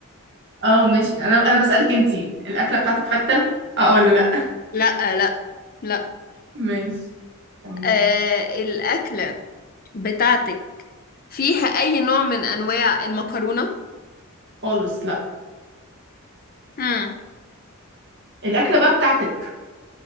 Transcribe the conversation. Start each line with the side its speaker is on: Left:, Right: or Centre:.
Right: اه ماشي أنا أنا بسألك أنتي الأكلة بتاعتك فتة؟ اه ولا لأ؟
Left: لا آه، لا لا
Right: ماشي كمل
Left: آه الأكلة بتاعتك فيها اي نوع من انواع المكرونة
Right: خالص لأ
Left: مم.
Right: الأكلة بقى بتاعتك